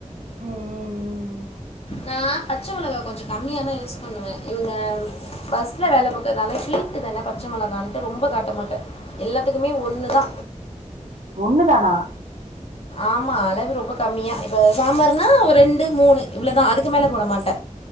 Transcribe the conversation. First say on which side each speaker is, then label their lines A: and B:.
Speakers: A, on the right; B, on the left.
A: ம் ம் ம் ம்
B: நா பச்ச மெளகா கொஞ்ச கம்மியா தா யூஸ் பண்ணுவே இவங்க பஸ்ல வேல பாக்கதுனால ஹீ ட்டு தான பச்ச மெளகான்ட்டு ரொம்ப காட்ட மாட்ட எல்லாத்துக்குமே ஒன்னு தா
A: ஒண்ணு தானா
B: ஆமா அளவு ரொம்ப கம்மியா இப்ப சாம்பார்னா ரெண்டு மூணு இவ்ளோதா அதுக்கு மேல போட மாட்ட